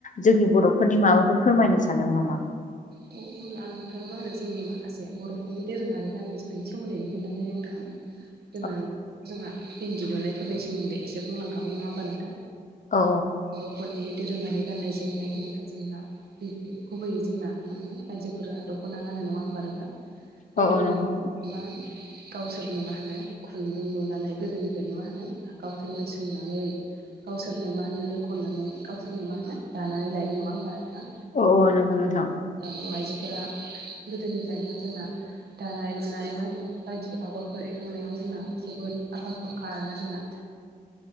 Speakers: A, on the left; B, on the right.
A: जोंनि बर'फोरनि माबाफोर फोरमायनो सानदों नामा?
B: औ होनोमब्ला आं नोंथांनो मा होनो जोंनि माखासे बर'फोरनि दोरोङारि गाननाय जोमनायनि सोमोन्दैनो खिथासै नोंथां
A: <inaudible>
B: जोंना जोंहा इन्दि लुनायफोरनि सोमोन्दै एसे बुंलांखाबाय नङा होमबा नोंथां?
A: औ
B: बर'फोरनि दोरोङारि गाननाय जोमनाय होनोब्ला जोंना गुबैै जोंना मा होनो आइजोफोरा दख'ना गानो नङा होनोमबा नोंथां बे
A: औ
B: दख'ना
A: औ नंगौ
B: मा गावसोरनो मा होनो खुन्दुं लुनानै गोदोनिफ्रायनो मा होनो गावसोरनो सोंनानै गावसोरनो मा होनो नो खननानै गावसोरनो मा होनो दानानै लायो नङा होनबा नोंथां?
A: औ ओ नंगौ नोंथां।
B: बर' आइजोफोरा गोदोनिफ्रायनो जोंना दानाय लुनाय मा होनो बायदि आगरफोर एरखांनायाव जोंना जोबोद आखा फरखा आरोना जोंना।
A: <inaudible>